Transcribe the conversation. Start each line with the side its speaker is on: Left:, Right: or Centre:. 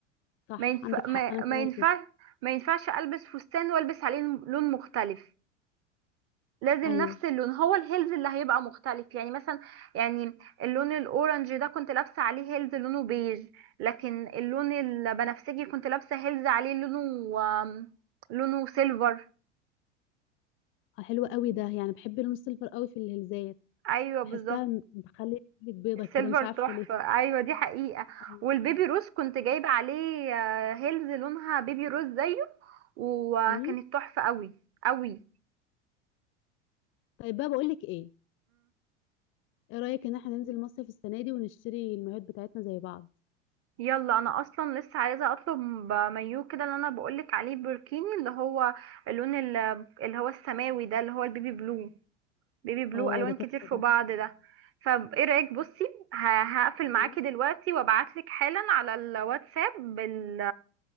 Left: صح
Right: ما ينفع
Left: عندك حق
Right: ما,
Left: انا كمان
Right: ما ينفع
Left: كده
Right: ما ينفعش البس فستان والبس عليه لون مختلف لازم
Left: ايوه
Right: نفس اللون هو الهيلز اللي هيبقى مختلف يعني مثلا يعني اللون الاورنج ده كنت لابسه عليه هيلز لونه بيج لكن اللون البنفسجي كنت لابسه هيلز عليه لونه آم، لونه سيلفر
Left: آه، حلو قوي ده يعني بحب اللون السيلفر قوي في الهلزات
Right: ايوه بالظبط
Left: بحسها م- بخلي رجلك بيضة
Right: السيلفر
Left: كده مش عارفة
Right: تحفه
Left: ليه
Right: ايوه دي حقيقه
Left: ايوه
Right: والبيبي روز كنت جايبه عليه آه، هيلز لونها بيبي روز زيه وكانت
Left: امم
Right: تحفه قوي قوي
Left: طيب بقى بقول لك ايه ايه رأيك ان احنا ننزل مصيف السنة دي ونشتري المايوهات بتاعتنا زي بعض
Right: يلا انا اصلا لسه عايزه اطلب مايو كده اللي انا بقولك عليه بركيني اللي هو اللون ال- اللي هو السماوي ده اللي هو البيبي بلو بيبي بلو
Left: اه
Right: الوان
Left: ده تحفة
Right: كتير في
Left: ده
Right: بعض ده فايه رايك بصي ه- هقفل
Left: مم.
Right: معاكي دلوقتي وابعتلك حالا على الواتساب بال